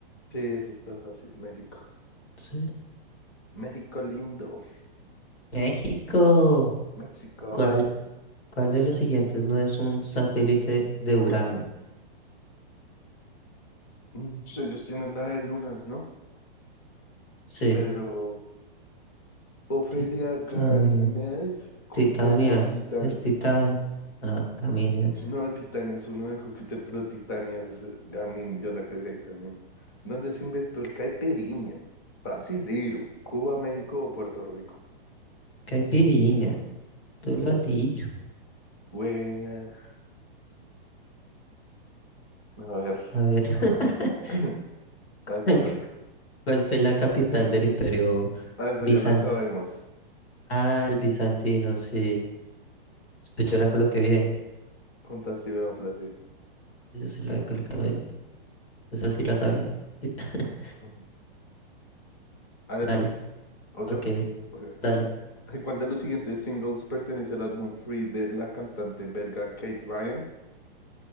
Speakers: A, on the left; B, on the left.
A: Sí, ese está fácil. México.
B: Sí.
A: México lindo.
B: México.
A: México.
B: ¿Cuál, cuál de los siguientes no es un satélite de Urano?
A: Mm, sí, Ellos tienen la de lunas, ¿no?
B: Sí,
A: Pero. Ofelia,
B: Titania.
A: Ganimedes,
B: Titania,
A: Cordelia, Titania.
B: es Titán. Ah, Camines.
A: No, Titania es uno de Júpiter, pero Titania es Gamin, yo la cagué también. ¿Dónde se inventó el caipirinha? Brasilero, Cuba, México o Puerto Rico.
B: Caipiriña, tú lo has dicho.
A: Buena. A ver,
B: A ver, <laughs>
A: <laughs> ahí
B: ¿cuál
A: te toca.
B: cuál fue la capital del imperio
A: Ah, esa
B: bizantino?
A: ya la sabemos.
B: Ah, el bizantino, sí. Pues yo la coloqué bien.
A: Con Tantibropla, sí.
B: Yo sí la había colocado bien. Esa sí la sabía. <laughs>
A: Ujú. Dale
B: Dale,
A: tú. ¿O
B: ok,
A: yo? Ok.
B: dale.
A: Ay, ¿Cuál de los siguientes singles pertenece al álbum Free de la cantante belga Kate Ryan?